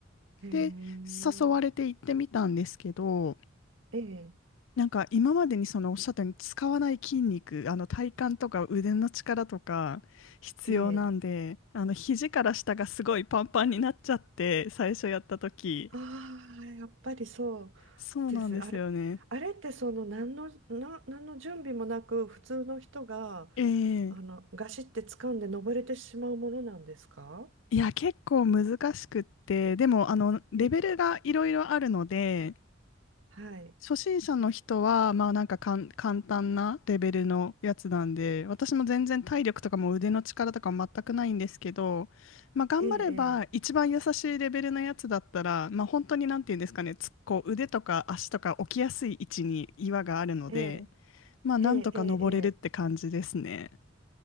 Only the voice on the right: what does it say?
へえ。
ええ
ええ。
ああ、やっぱりそう
です。あれ、あれってその何の、な、何の準備もなく普通の人が
あのガシって掴んで登れてしまうものなんですか
ええ。はい。
ええ、
ええ、
ええ、ええ、ええ。